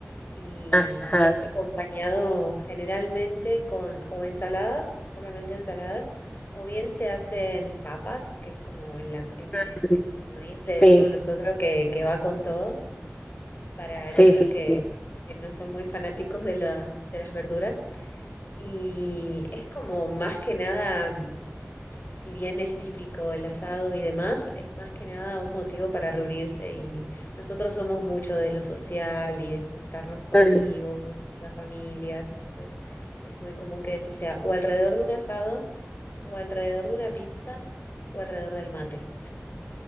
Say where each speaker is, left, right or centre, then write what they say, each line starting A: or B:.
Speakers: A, on the left (about 50°); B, on the left (about 30°).
A: y,
B: Ajá.
A: y es acompañado generalmente con o ensaladas, solamente ensaladas, o bien se hacen papas, que es como el, la- el,
B: Mm,
A: el comodín, le decimos
B: Sí,
A: nosotros que, que va con todo, para aquellos
B: sí, sí,
A: que,
B: sí.
A: que no son muy fanáticos de las, de las verduras. Y es como más que nada si bien es típico el asado y demás, es más que nada un motivo para reunirse y nosotros somos mucho de lo social y de juntarnos con
B: Mm,
A: amigos, con las familias, entonces es muy común que eso sea o alrededor de un asado, o alrededor de una pizza, o alrededor del mate.